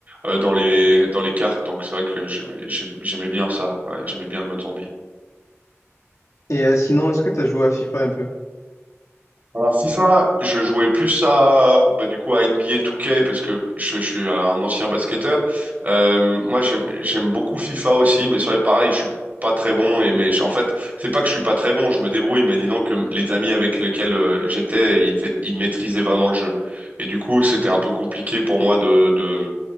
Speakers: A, on the right; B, on the left.
A: euh, dans les dans les cartes, donc c'est vrai que j'aimais j'aim- j'aimais bien ça. Ouais, j'aimais bien le mode zombie.
B: Et euh, sinon, est-ce que tu as joué à FIFA un peu?
A: Alors FIFA, je jouais plus à bah, du coup à NBA 2K parce que je, je suis un ancien basketteur. Euh, moi j'aime j'aime beaucoup FIFA aussi, mais c'est vrai pareil, je suis pas très bon et mais j'- en fait c'est pas que je suis pas très bon, je me débrouille, mais disons que les amis avec lesquels euh, j'étais, ils, fa- ils maîtrisaient vraiment le jeu. Et du coup c'était un peu compliqué pour moi de de